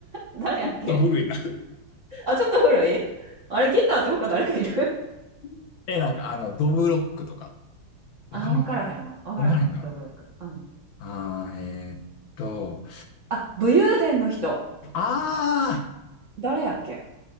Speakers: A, on the right; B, on the left.
A: 誰やっけ
B: と古いな。
A: あ、ちょっと古いあれ、ギターって他誰かいる
B: <laughs> え、なんかあの、ドブロックとか。わかんか。
A: ああ、わからへんわ。わからへん、
B: わからんか。
A: どぶろく。うん。
B: ああ、えーっと、
A: あ、武勇伝の人。
B: あ
A: 誰やっけ